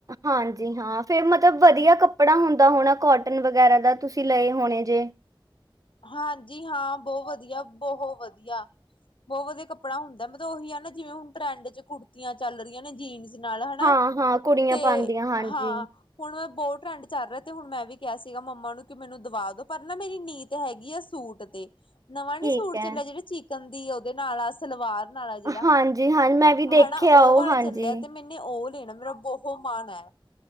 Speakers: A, on the right (about 40°); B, on the left (about 70°).
A: ਹਾਂਜੀ ਹਾਂ ਫਿਰ ਮਤਲਬ ਵਧੀਆ ਕੱਪੜਾ ਹੁੰਦਾ ਹੋਣਾ ਕੋਟਨ ਵਗੈਰਾ ਦਾ ਤੁਸੀਂ ਲਏ ਹੋਣੇ ਜੇ
B: ਹਾਂਜੀ ਹਾਂ ਬਹੁ ਵਧੀਆ ਬਹੁਹ ਵਧੀਆ ਬਹੁਤ ਵਧਿਆੱ ਕਪੜਾ ਹੁੰਦਾ ਮਤਲਬ ਉਹੀ ਹੈ ਨਾ ਜਿਵੇ ਹੁਣ ਟਰੈਂਡ 'ਚ ਕੁੜਤੀਆਂ ਚੱਲ ਰਹੀਆਂ ਨੇ ਜੀਨਸ ਨਾਲ ਹਨਾ
A: ਹਾਂ-ਹਾਂ ਕੁੜੀਆਂ
B: ਤੇ
A: ਪਾਉਂਦੀਆਂ ਹਾਂਜੀ
B: ਹਾਂ ਹੁਣ ਬਹੁਤ ਟਰੈਂਡ ਚੱਲ ਰਿਹਾ ਤੇ ਹੁਣ ਮੈਂ ਵੀ ਕਿਹਾ ਸੀਗਾ ਮੰਮਾ ਨੂੰ ਕਿ ਮੈਨੂੰ ਦਵਾ ਦੋ ਪਰ ਨਾ ਮੇਰੀ ਨੀਤ ਤੇ ਹੈਗੀ ਆ ਸੂਟ ਤੇ ਨਵਾਂ
A: ਠੀਕ
B: ਨ ਸੂਟ
A: ਹੈ।
B: ਚੱਲਿਆ ਜਿਹੜਾ ਚੀਕ ਕੰਦੀ ਉਹਦੇ ਨਾਲ ਆ ਸਲਵਾਰ ਨਾਲਾ ਜਿਹੜਾ
A: ਹਾਂਜੀ ਹਾਂ ਮੈਂ ਵੀ ਦੇਖਿਆ
B: ਹਨਾ ਉਹ ਵਾਲਾ
A: ਹਾਂਜੀ।
B: ਚੱਲਿਆ ਤੇ ਮੈਨੇ ਉਹ ਲੈ ਮੇਰਾ ਬਹੁ ਮਨ ਹੈ।